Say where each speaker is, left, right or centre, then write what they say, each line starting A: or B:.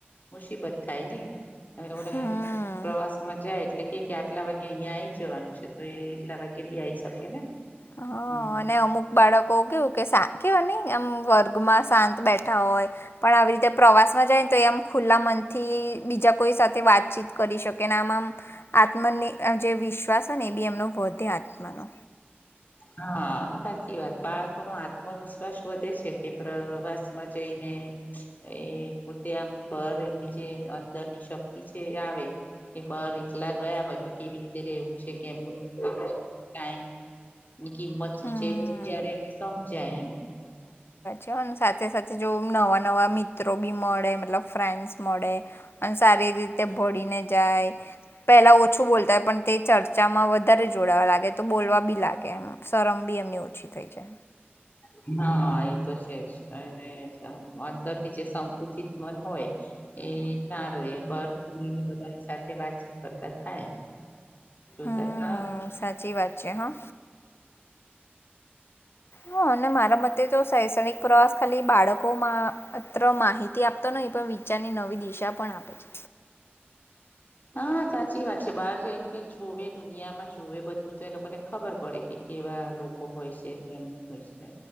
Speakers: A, on the left; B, on the left.
A: મુસીબત થાય લોકો
B: હમ
A: પ્રવાસ માં જાય એટલે કે કે આટલા વાગે અહિયાં આ જવાનું છે તો એ એટલા વાગે બી આઈ શકે ને
B: હા
A: હમ
B: અને અમુક બાળકો કેવું કે શા કેવા નહીં એમ વર્ગમાં શાંત બેઠા હોય, પણ આવી રીતે પ્રવાસ માં જાય ને તો એમ ખુલ્લા મનથી ઈ બીજા કોઈ સાથે વાતચીત કરી શકે ને આમ આમ આત્મની અહ જે વિશ્વાસ ને એ બી એમનો વધે આત્માનો
A: હા સાચી વાત બાળકો નો આત્મવિશ્વાસ વધે છે કે પ્રવાસ માં જઈને એ પોતે આમ બર એની જે અંદરની શક્તિ છે એ આવે કે બર એકલા ગયા હોય તો કેવી રીતે રવું છે કેમનું ટાઈમ ની કિંમત શું
B: હમ
A: છે એ બધું ત્યારે એમને સમજાય એમ
B: ક અને સાથે સાથે જો નવા નવા મિત્રો બી મળે મતલબ ફ્રેન્ડ્સ મળે અને સારી રી તે ભળીને જાય પેલા ઓછું બોલતાય પણ તે ચર્ચામાં વધારે જોડાવા લાગે તો બોલવા બી લાગે એમ શરમ બી એમની ઓછી થઈ છે
A: હ હા એ તો છે જ અને અંદરથી જે સંકુચિત મન હોય એ ના ર બ ખલીને બધાની સાથે વાતચીત કરતા થાય શતા
B: હમ
A: ના
B: સાચી વાત છે હા હ અને મારા મતે તો શૈક્ષણિક પ્રવાસ ખાલી બાળકો મામાં અત્ર માહિતી આપતો નથી પણ વિચારની નવી દિશા પણ આપે છે
A: <inaudible> હા સાચી વાત છે બહાર જઈ ને કઈક જોવે દુનિયામાં જોુવે બધું તો એ લોકોને ખબર પડે કે કેવાત લોકોકો છે કેમશે